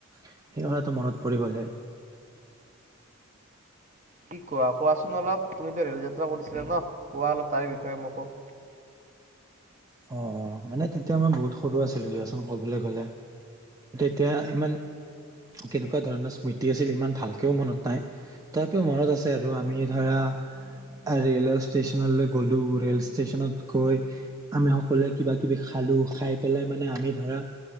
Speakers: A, on the right (about 15°); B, on the right (about 35°).
A: সেই কথাটো মনত পৰি গ'লহে
B: কি কোৱা কোৱাচোন অলপ তুমিতো ৰে'ল যাত্ৰা কৰিছিলা ন কোৱা অলপ তাৰে বিষয়ে মোকো?
A: অ অ মানে তেতিয়া মই বহুত সৰু আছিলো দিয়াচোন। ক'বলৈ গ'লে। এতিয়া ইমান কেনেকুৱা ধৰণৰ স্মৃতি আছিল ইমান ভালকেও মনত নাই, তথাপিও মনত আছে আৰু আমি ধৰা ৰে'ল ষ্টেচনলৈ গ'লো, ৰেল ষ্টেচনত গৈ আমি সকলোৱে কিবা কিবি খালোঁ, খাই পেলাই মানে আমি ধৰা